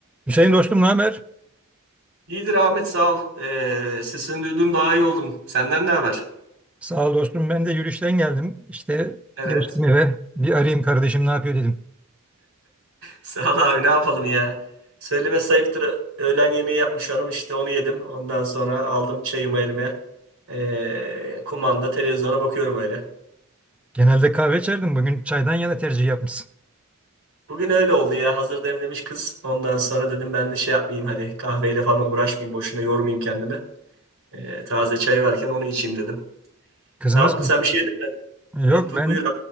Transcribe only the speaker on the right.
İyidir Ahmet sağ ol. Ee, sesini duydum daha iyi oldum. Senden ne haber?
Evet.
Sağ ol abi ne yapalım ya. Söyleme sayıptır. Öğlen yemeği yapmış hanım işte onu yedim. Ondan sonra aldım çayımı elime. Ee, kumanda televizyona bakıyorum öyle.
Bugün öyle oldu ya. Hazır demlemiş kız. Ondan sonra dedim ben de şey yapmayayım hadi. Kahveyle falan uğraşmayayım. Boşuna yormayayım kendimi. Ee, taze çay varken onu içeyim dedim.
Ne yaptın sen bir şey yedin mi?
Hı, bu-
buyur